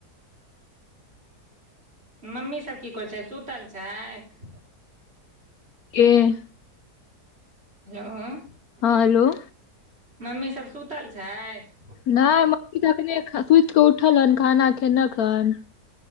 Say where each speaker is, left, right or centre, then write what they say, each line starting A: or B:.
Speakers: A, on the right (about 40°); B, on the left (about 70°).
A: मम्मी सब की करै छै सुतल छैथ
B: ऐह
A: हेलो
B: हँ हेलो
A: मम्मी सभ सुतल छैथ
B: नय मम्मी एखने सुत कऽ उठल हन खाना खेेलक हन